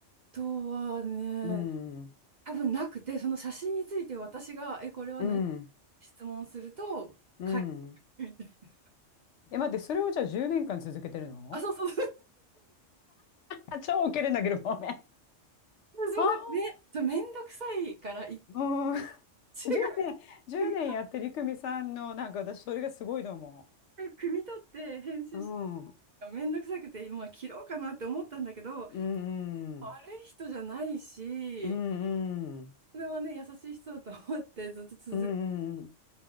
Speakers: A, on the right (about 45°); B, on the left (about 70°).
A: とはね、
B: うん、
A: 多分なくて、その写真について私が、え、これは何
B: うん、
A: 質問すると、
B: うん。
A: <laughs>
B: え、待って、それをじゃあ10年間続けてるの
A: あ、そうそう。
B: あ、<laughs> 超ウケるんだけど、ごめん。
A: 私もなんかめ、
B: はあ、
A: そうめんどくさいから一
B: うん。
A: 致が
B: <laughs> 10年、1年やってりくみさんの、
A: 組
B: なんか私、それがすごいと思
A: み、組み立って編集し、
B: う。うん。う
A: めんどくさくて今は切ろうかなって思ったんだけど、
B: ん、うん、
A: 悪い人じゃないし、
B: うん、
A: それはね、優しい人だと思ってずっと続け
B: うん、